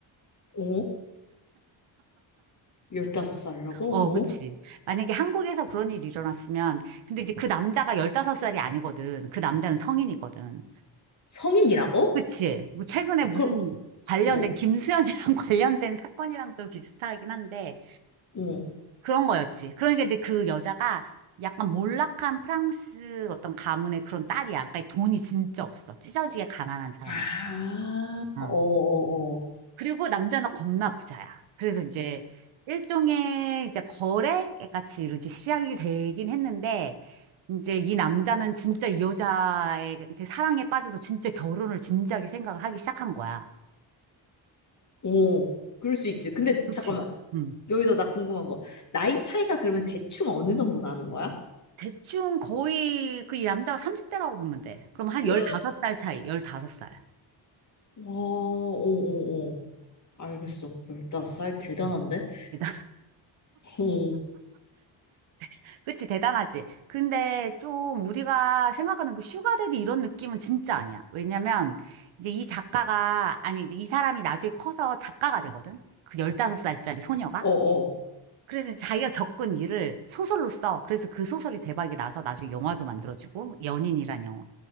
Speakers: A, on the left; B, on the right.
A: 응. 어? 15살이라고? 어?
B: 어, 그치. 만약에 한국에서 그런 일이 일어났으면 근데 이제 그 남자가 15살이 아니거든. 그 남자는 성인이거든.
A: 성인이라고?
B: 그치. 뭐 최근에 무슨
A: 그,
B: 관련된,
A: 어,
B: 김수현이랑 <laughs> 관련된 사건이랑도 비슷하긴 한데,
A: 어.
B: 그런 거였지. 그러니까 이제 그 여자가 약간 몰락한 프랑스 어떤 가문의 그런 딸이야. 그러니까 돈이 진짜 없어. 찢어지게 가난한 사람이.
A: 아,
B: 응.
A: 어, 어, 어.
B: 그리고 남자는 겁나 부자야. 그래서 이제 일종의 이제 거래 같이 이제 시작이 되긴 했는데, 이제 이 남자는 진짜 이 여자한테 사랑에 빠져서 진짜 결혼을 진지하게 생각을 하기 시작한 거야.
A: 오, 그럴 수 있지. 근데
B: 그치.
A: 잠깐만.
B: 응.
A: 여기서 나 궁금한 거. 나이 차이가 그러면 대충 어느 정도 나는 거야?
B: 대충 거의 그 이 남자가 30대라고 보면 돼. 그럼 한
A: 와,
B: 15살 차이, 15살.
A: 오, 오, 오. 알겠어. 15살 대단한데?
B: 음. 대단,
A: 오,
B: <laughs> 그치, 대단하지. 근데 좀 우리가 생각하는 그 슈가데디 이런 느낌은 진짜 아니야. 왜냐면 이제 이 작가가, 아니, 이제 이 사람이 나중에 커서 작가가 되거든? 그 15살짜리 소녀가.
A: 어, 어.
B: 그래서 이제 자기가 겪은 일을 소설로 써. 그래서 그 소설이 대박이 나서 나중에 영화도 만들어지고, 연인이란 영화.